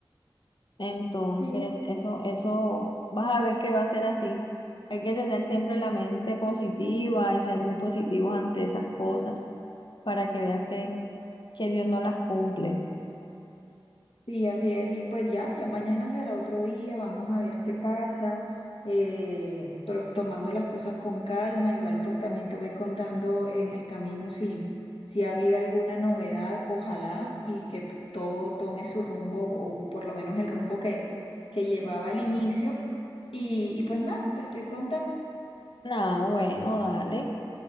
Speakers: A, on the left; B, on the left.
A: entonces,
B: Sí,
A: eso, eso, vas a ver que va a ser así. Hay que tener siempre la mente positiva y ser muy positivos ante esas cosas para que veas que, que Dios no las cumple.
B: Sí, así es. Y pues ya, ya mañana será otro día, vamos a ver qué pasa, eh, pro- tomando las cosas con calma. Igual pues también te voy contando en el camino si, si ha habido alguna novedad, ojalá, y que t- todo tome su rumbo o por lo menos el rumbo que, que llevaba al inicio. Y, y pues nada, te estoy contando.
A: Nada, bueno, dale.